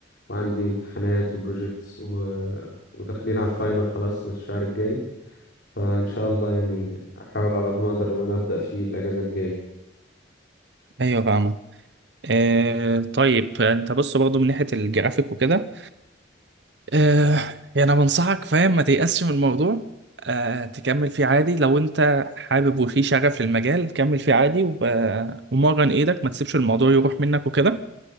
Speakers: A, on the left; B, on the right.
A: وعندي امتحانات وبروجيكتس و... وداخلين على الفاينل خلاص الشهر الجاي فإن شاء الله يعني أحاول على قد ما أقدر إن أنا أبدأ فيه الأجازة الجاية
B: ايوه فاهمه آه طيب انت بص برضه من ناحيه الجرافيك وكده آه يعني انا بنصحك فاهم ما تيأسش من الموضوع آه تكمل فيه عادي لو انت حابب وفي شغف للمجال كمل فيه عادي وب... ومرن ايدك ما تسيبش الموضوع يروح منك وكده